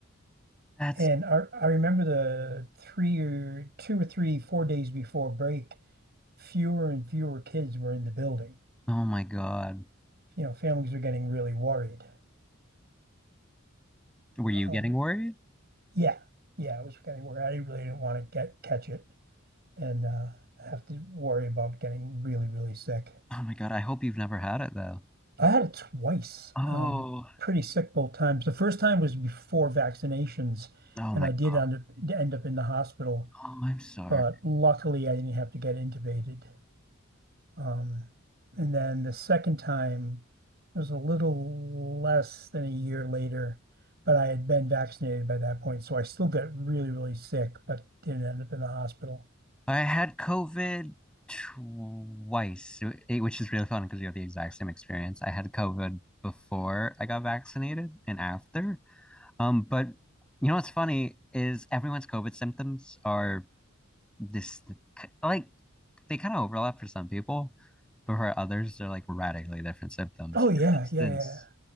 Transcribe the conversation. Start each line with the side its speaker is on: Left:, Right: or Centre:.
Centre: That's
Right: And I, I remember the three or two or three, four days before break, fewer and fewer kids were in the building.
Centre: oh my God.
Right: You know, families were getting really worried.
Centre: Were you
Right: Um,
Centre: getting worried?
Right: yeah, yeah, I was getting worried. I really didn't want to get catch it and uh, have to worry about getting really, really sick.
Centre: Oh my God. I hope you've never had it though.
Right: I had it twice,
Centre: Oh,
Right: um, pretty sick both times. The first time was before vaccinations,
Centre: oh
Right: and
Centre: my
Right: I did
Centre: God.
Right: end up, end up in the hospital,
Centre: Oh, I'm sorry.
Right: but luckily I didn't have to get intubated. Um, and then the second time was a little less than a year later, but I had been vaccinated by that point, so I still got really, really sick, but didn't end up in the hospital.
Centre: I had COVID twice, eh, which is really fun because you have the exact same experience. I had COVID before I got vaccinated and after. Um, but you know what's funny is everyone's COVID symptoms are this like they kind of overlap for some people, but for others, they're like radically different symptoms.
Right: Oh
Centre: For
Right: yeah,
Centre: instance,
Right: yeah, yeah. yeah.